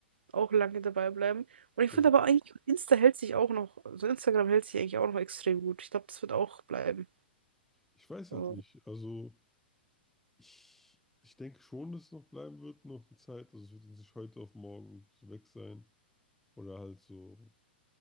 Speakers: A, on the right; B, in the centre.
A: auch lange dabei bleiben. Und ich
B: Ja,
A: finde aber eigentlich, Insta hält sich auch noch, also Instagram hält sich eigentlich auch noch extrem gut. Ich glaube, das wird auch bleiben.
B: ich weiß
A: So.
B: halt nicht. Also ich, ich denke schon, dass es noch bleiben wird, noch eine Zeit. Also es wird jetzt nicht heute auf morgen so weg sein. Oder halt so.